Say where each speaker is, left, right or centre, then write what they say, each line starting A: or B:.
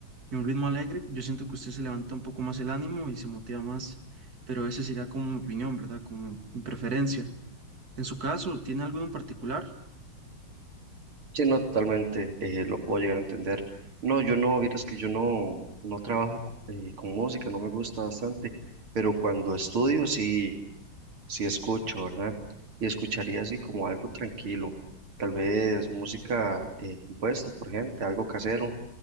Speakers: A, on the right; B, on the right.
A: y un ritmo alegre, yo siento que usted se levanta un poco más el ánimo y se motiva más, pero esa sería como mi opinión, ¿verdad? Como mi preferencia. En su caso, ¿tiene alguno en particular?
B: Sí, no, totalmente eh, lo puedo llegar a entender. No, yo no, vieras que yo no, no trabajo eh, con música, no me gusta bastante, pero cuando estudio sí, sí escucho, ¿verdad? Y escucharía así como algo tranquilo, tal vez música eh, compuesta por gente, algo casero